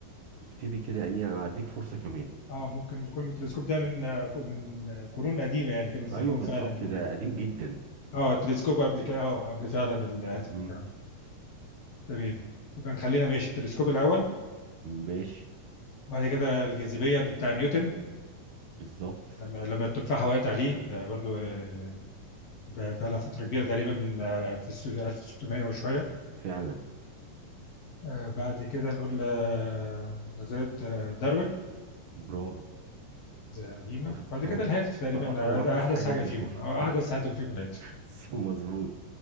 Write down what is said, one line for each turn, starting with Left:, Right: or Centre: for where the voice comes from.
Right: ابتدي كده يعني انا هديك فرصة كمان
Left: اه ممكن يكون التلسكوب ده من من قرون قديمة يعني كانوا بيستخدموا
Right: ايوه بالظبط
Left: فعلا
Right: ده قديم جدا
Left: اه التلسكوب قبل كده اه قبل فعلا الهاتف
Right: مم.
Left: والكلام ده تمام يبقى نخلينا ماشي التلسكوب الأول
Right: ماشي
Left: بعد كده الجاذبية بتاع نيوتن
Right: بالظبط
Left: لما لما التفاحة وقعت عليه ده برضو آه، ب- بقى لها فترة كبيرة تقريبا من آه، في الس- 1600 وشوية
Right: فعلا
Left: آه، بعد كده نقول آه، نظرية آه، داروين
Right: برافو
Left: ده قديمة
Right: وط-
Left: بعد
Right: اه
Left: كده الهاتف تقريبا
Right: اه طبعا
Left: آه،
Right: احدث
Left: ده أحدث
Right: حاجة
Left: حاجة
Right: التليفون
Left: فيهم
Right: <laughs>
Left: أو أحدث هاتف فيهم الهاتف
Right: صح، مظبوط